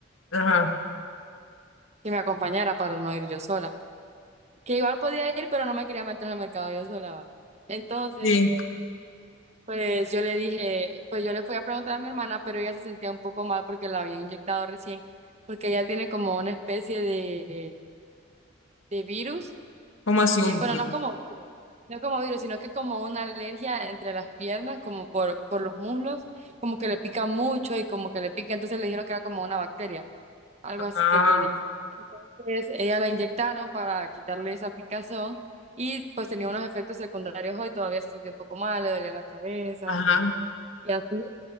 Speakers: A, on the left; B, on the right.
A: ajá,
B: que me acompañara para no ir yo sola. Que igual podía ir, pero no me quería meter en el mercado yo sola. va. Entonces,
A: sí,
B: Pues yo le dije, pues yo le fui a preguntar a mi hermana, pero ella se sentía un poco mal porque la había inyectado recién, porque ella tiene como una especie de, de virus,
A: como así
B: eh,
A: un
B: bueno,
A: kilo?
B: no como, no como virus, sino que como una alergia entre las piernas, como por, por los muslos, como que le pica mucho y como que le pica, entonces le dijeron que era como una bacteria, algo
A: Ajá,
B: así que tiene. Entonces ella la inyectaron para quitarle esa picazón y pues tenía unos efectos secundarios hoy, todavía se sentía un poco mal, le dolía la cabeza.
A: ajá,
B: Y así.